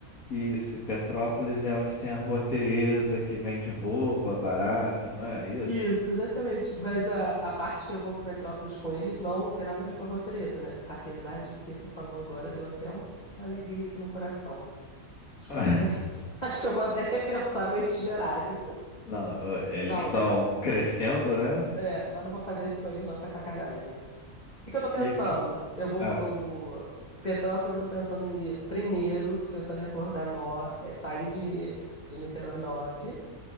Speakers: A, on the left (about 80°); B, on the left (about 30°).
A: e isso, e Petrópolis é onde tem a Rua Teresa, que vende roupa barata, não é isso?
B: Isso, exatamente. Mas a, a parte que eu vou para Petrópolis com eles não tem nada a ver com a Rua Teresa, né? Apesar de que você falou agora, deu até um- uma alegria aqui no coração. Acho que
A: <laughs>
B: eu vou até, <laughs> acho que eu vou até repensar meu itinerário.
A: Não, eh, eles
B: Não,
A: estão crescendo, né?
B: é, mas não vou fazer isso com eles não, que é sacanagem. O que que eu tô pensando?
A: E o que.
B: Eu vou,
A: Ah,
B: eu- Petrópolis, eu tô pensando em ir primeiro, tô pensando em acordar nó, é, sair de, de Niterói nove,